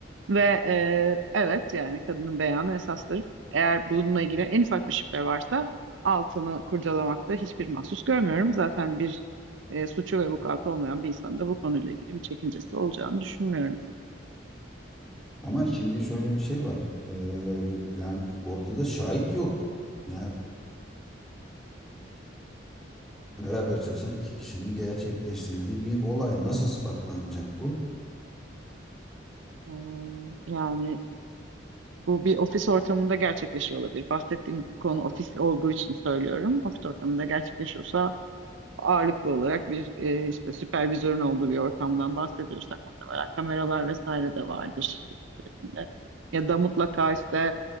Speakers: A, on the right; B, in the centre.
A: Ve e, evet yani kadının beyanı esastır. Eğer bununla ilgili en ufak bir şüphe varsa altını kurcalamakta hiçbir mahsus görmüyorum. Zaten bir e, suçu ve vukuatı olmayan bir insanın da bu konuyla ilgili bir çekincesi olacağını düşünmüyorum.
B: Ama şimdi şöyle bir şey var. E, yani ortada şahit yok. Yani beraber çalışan iki kişinin gerçekleştirdiği bir olay nasıl ispatlanacak bu?
A: Hmm, Yani bu bir ofis ortamında gerçekleşiyor olabilir. Bahsettiğim konu ofis olduğu için söylüyorum. Ofis ortamında gerçekleşiyorsa ağırlıklı olarak bir e, işte süpervizörün olduğu bir ortamdan bahsediyorsak muhtemelen kameralar vesaire de vardır içinde. Ya da mutlaka işte